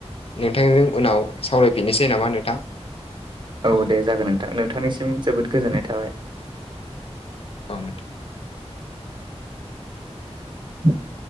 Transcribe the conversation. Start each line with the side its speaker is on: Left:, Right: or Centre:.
Left: नोंथांजों उनाव सावरायफिननोसै नामा नोंथां?
Right: औ दे जागोन नोंथां नोंथांनिसिम जोबोद गोजोननाय थाबाय।
Left: औ
Right: औ